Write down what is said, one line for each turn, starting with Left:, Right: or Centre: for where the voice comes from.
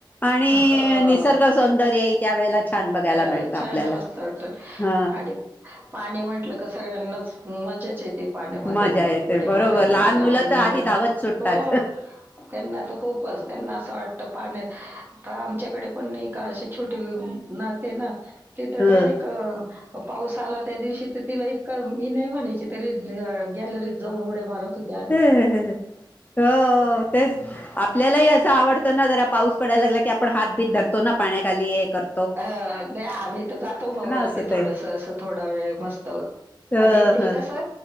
Left: आणि
Right: हो. अ,
Left: निसर्ग सौंदर्य ही त्यावेेळेला छान बघायला
Right: अ,
Left: मिळतं
Right: छान
Left: आपल्याला
Right: मस्त वाटतं.
Left: ह
Right: आणि पाणी म्हंटलं का सगळ्यांनाच मजाच येते. पाण्यामध्ये
Left: मजा
Right: म
Left: येते
Right: उड्या
Left: बरोबर
Right: मारायला लहान मुलं
Left: तर आधी धावत सुटतात
Right: हो त्यांना त खूपच, त्यांना असं वाट पाण्यात हा आमच्याकडे पण नाय का छोटे वाहते ना तिथ
Left: ह
Right: डायरेक्ट अ म पाऊस आला त्या दिवशी त तिला इतकं, मी नाही म्हणायची तरी गॅलरीत जाऊन उड्या मारत होत
Left: हो ओ तेच आपल्यालाही असं आवड तो ना जरा पाऊस पडायला लागला की, आपण हात बित धरतो ना पाण्याखाली हे कर
Right: ह नाय आम्ही त जातो म वरती
Left: असं ते
Right: थोडस असं थोडा वेळ मस्त
Left: अ
Right: आणि ते
Left: ह
Right: कसं